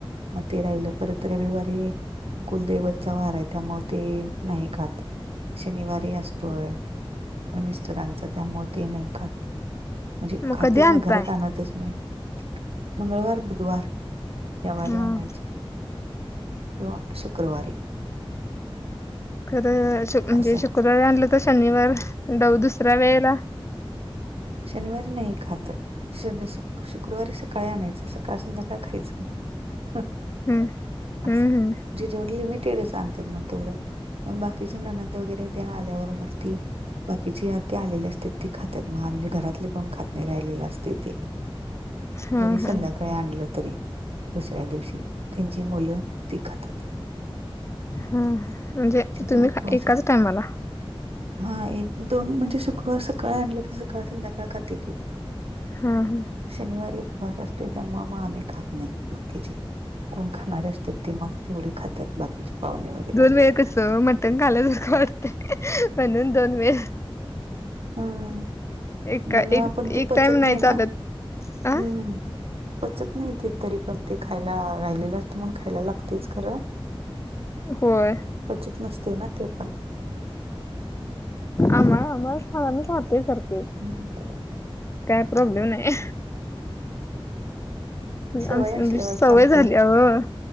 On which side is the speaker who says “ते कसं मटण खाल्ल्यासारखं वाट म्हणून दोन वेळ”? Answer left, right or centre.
Left